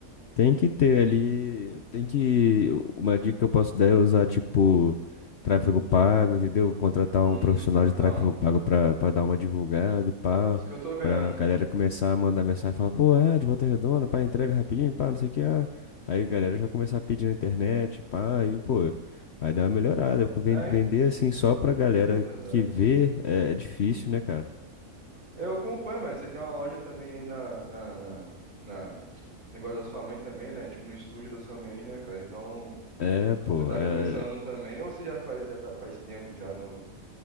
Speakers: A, on the left; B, on the right.
A: Tem que ter ali, tem que, uma dica que eu posso dar é usar, tipo, tráfego pago, entendeu? Contratar
B: Hum,
A: um profissional
B: então,
A: de tráfego pago pra, pra dar uma divulgada e pá,
B: isso que eu tô vendo.
A: pra galera começar a mandar mensagem e falar, pô, é, de Volta Redonda, pá, entrega rapidinho, pá, não sei o que, ah. Aí a galera já começar a pedir na internet, pá, e pô, vai dar uma melhorada. Ven-
B: É,
A: Vender
B: hein?
A: assim só pra galera
B: verdade.
A: que vê é, é difícil, né, cara?
B: Eu acompanho, mano. Você tem uma loja também aí na, na, na, na- negócio da sua mãe também, né? Tipo, no estúdio da sua mãe aí, né, cara? Então,
A: É, pô,
B: você tá
A: é,
B: começando também ou você já faz, já tá, faz tempo já no